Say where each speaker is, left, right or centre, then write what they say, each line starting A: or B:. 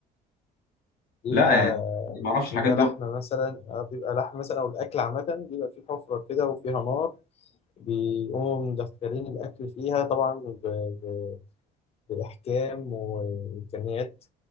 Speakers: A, on the left; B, on the left.
A: بيبقى
B: لا يعني ما اعرفش الحاجات
A: بيبقى
B: دي
A: لحمة مثلا آه، بيبقى لحمة مثلا أو الأكل عامة بيبقى فيه حفرة كده وفيها نار بيقوموا مدخلين الأكل فيها طبعا ب- ب- بإحكام وإمكانيات